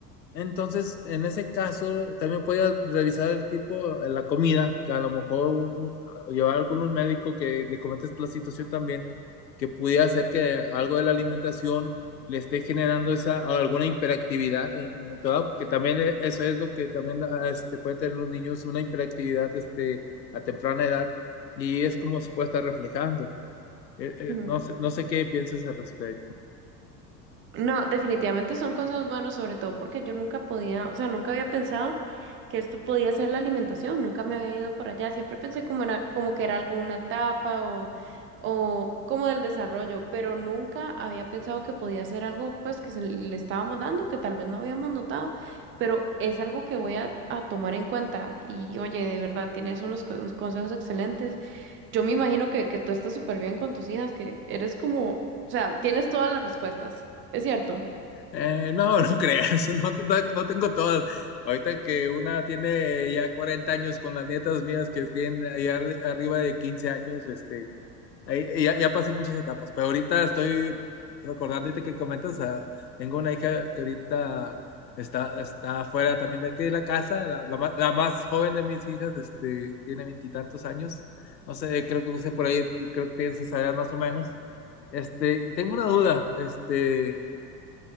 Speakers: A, on the left (about 80°); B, on the right (about 25°).
A: Entonces, en ese caso, también podía revisar el tipo, eh, la comida, que a lo mejor un- eh, llevar con un médico que le comentes la situación también, que pudiera hacer que algo de la alimentación le esté generando esa o alguna hiperactividad en un momento dado, porque también e- eso es lo que también ah, este, pueden tener los niños, una hiperactividad este, a temprana edad, y es como se puede estar reflejando. Eh, eh,
B: ok.
A: no sé, no sé qué piensas al respecto.
B: No, definitivamente son consejos buenos, sobre todo porque yo nunca podía, o sea, nunca había pensado que esto podía ser la alimentación, nunca me había ido por allá, siempre pensé como era, como que era alguna etapa o, o como del desarrollo, pero nunca había pensado que podía ser algo pues que se le estábamos dando, que tal vez no habíamos notado, pero es algo que voy a, a tomar en cuenta y oye, de verdad, tienes unos con- consejos excelentes. Yo me imagino que, que tú estás súper bien con tus hijas, que eres como, o sea, tienes todas las respuestas, ¿es cierto?
A: Eh, no, no creas, <laughs> no, no, no tengo todas. Ahorita que una tiene ya cuarenta años con las nietas mías que tienen allá arriba de 15 años, este, ahí- ahí ya, ya pasé muchas etapas, pero ahorita estoy recordando, ahorita que comentas, ah, tengo una hija que ahorita está, está afuera también de aquí de la casa, la, la ma- la más joven de mis hijas, este, tiene veintitantos años, no sé, creo que no sé por ahí, creo que tienes esa edad más o menos. Este, y tengo una duda, este